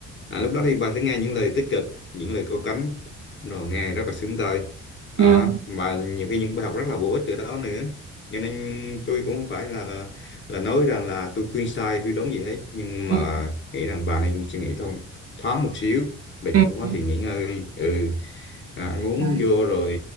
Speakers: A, on the left; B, on the right.
A: à, lúc đó thì bà sẽ nghe những lời tích cực những lời có cánh rồi nghe rất là sướng tai à,
B: ừ,
A: mà nhiều khi những bài học rất là bổ ích từ đó nữa cho nên tôi cũng không phải là, là là nói rằng là tôi khuyên sai khuyên đúng gì hết nhưng
B: ừ,
A: mà nghĩ rằng bà nên suy nghĩ thông thoáng một xíu mệt
B: ừ,
A: mỏi quá
B: ừ.
A: thì nghỉ ngơi đi. ừ à, ăn uống
B: Rồi,
A: vô rồi